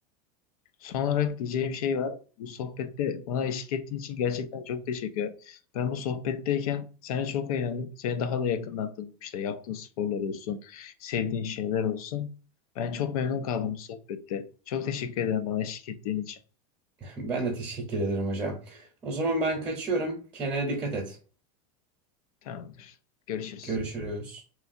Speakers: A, on the left; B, on the right.
A: Son olarak diyeceğim şey var. Bu sohbette bana eşlik ettiğin için gerçekten çok teşekkür ederim. Ben bu sohbetteyken seni çok eğlendim. Seni daha da yakından tanıdım. İşte yaptığın sporlar olsun, sevdiğin şeyler olsun. Ben çok memnun kaldım bu sohbette. Çok teşekkür ederim bana eşlik ettiğin için.
B: Ben de teşekkür ederim hocam. O zaman ben kaçıyorum. Kendine dikkat et.
A: Tamamdır. Görüşürüz.
B: Görüşürüz.